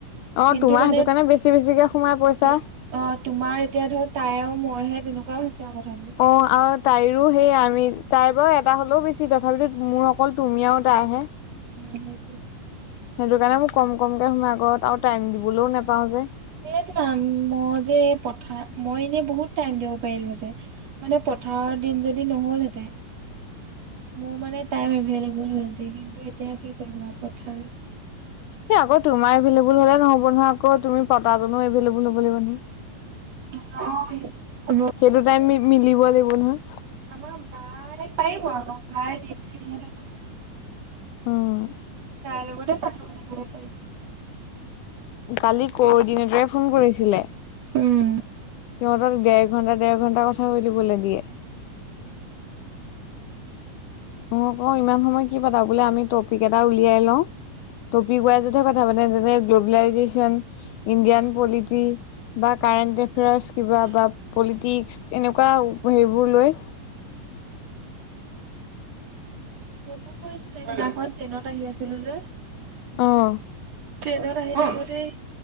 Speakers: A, on the left; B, on the right.
A: অ,
B: কিন্তু
A: তোমাৰ
B: মানে
A: সেইটো কাৰণে বেছি- বেছিকে সোমাই পইচা।
B: তো অ, তোমাৰ এতিয়া ধৰ তাই আৰু মইহে তেনেকুৱাও হৈছে আৰু কথাবোৰ।
A: অ, আৰু তাইৰো সেই আমি তাইৰ বাৰু এটা হ'লেও বেছি। তথাপিতো মোৰ অকল তুমি আৰু তাইহে।
B: উম সেইটোৱে।
A: সেইটো কাৰণে মোৰ কম- কমকে সোমাই ক। আৰু টাইম দিবলৈও নোপাওঁ যে।
B: সেইটোৱে, মই যে পথাৰ, মই এনেই বহুত টাইম দিব পাৰিলোহেঁতেন। মানে, পথাৰৰ দিন যদি নহ'ল হেঁতেন। মোৰ মানে টাইম এভেলেভুল হ'ল হেঁতেন, কিন্তু এতিয়া কি কৰিবা পথাৰ
A: এ অকল তোমাৰ এভেইলেবল হলে নহ'ব নহয় আকৌ, তুমি পতাজনো এভেইলেবল হ'ব লাগিব।
B: অ সেইটো হ'ব কিন্তু
A: সেইটো টাইম মি
B: আমাৰ
A: মিলিব লাগিব নহয়।
B: আমাৰ বায় পাৰিব। বায় দিনটো এনেহে থাকে।
A: অ'।
B: তাইৰে লগতে পাতো, যিমান পাৰি।
A: কালি, ক'ৰ্দিনেতৰে ফোন কৰিছিলে।
B: উম
A: সিহঁতক, ডেৰ ঘণ্টা, ডেৰ ঘণ্টা, কথা পাতিবলৈ দিয়ে।
B: <inaudible>
A: মই কওঁ, ইমান সময় কি পাতা বোলে? আমি টপিক এটা উলিয়াই লওঁ। টপিক ৱাইজতহে কথা পাতো, যেনে, গ্ল'বেলাইজেচন, ইণ্ডিয়ান
B: উম
A: পলিটি বা কাৰেণ্ট এফেয়াৰ্চ, কিবা
B: উম।
A: বা পলিটিক্স, এনেকুৱা সেইবোৰ লয়।
B: মোকো কৈছিলে, সিদিনাখন। ট্ৰেইনত আহি আছিলো যে।
A: অ',
B: ট্ৰেইনত আহি থাকোতেই,